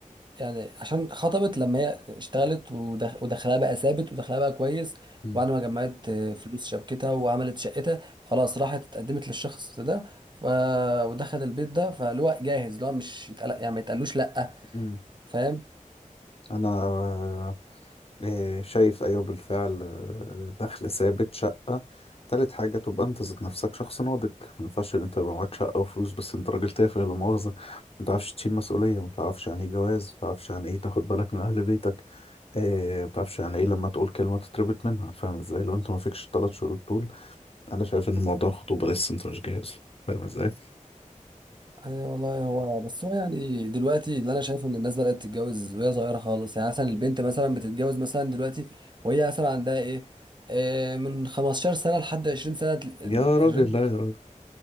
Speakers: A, on the right; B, on the left.
A: يعني عشان خطبت لما هي اشتغلت ودخ- ودخلها بقى ثابت ودخلها بقى كويس
B: م.
A: وبعد ما جمعت آه، فلوس شبكتها وعملت شقتها خلاص راحت اتقدمت للشخص ده ف... ودخل البيت ده فاللي هو جاهز اللي هو مش يتقلق يعني ما يتقلوش لا
B: م.
A: فاهم
B: انا إيه، شايف أيوه بالفعل آه، دخل ثابت شقة تالت حاجة تبقى أنت ذات نفسك شخص ناضج ما ينفعش إن أنت يبقى معاك شقة وفلوس بس أنت راجل تافه لا مؤاخذة ما تعرفش تشيل مسؤولية ما تعرفش يعني إيه جواز ما تعرفش يعني إيه تاخد بالك من أهل بيتك إيه، ما تعرفش يعني إيه لما تقول كلمة تتربط منها فاهم إزاي لو أنت ما فيكش التلات شروط دول أنا شايف إن موضوع الخطوبة لسه أنت مش جاهز له. فاهم إزاي
A: ايوه والله هو بس هو يعني دلوقتي اللي انا شايفه ان الناس بدات تتجوز وهي صغيره خالص يعني مثلا البنت مثلا بتتجوز مثلا دلوقتي وهي مثلا عندها ايه آه من 15 سنه لحد 20 سنه ال-
B: يا راجل
A: الرينج
B: لا يا راجل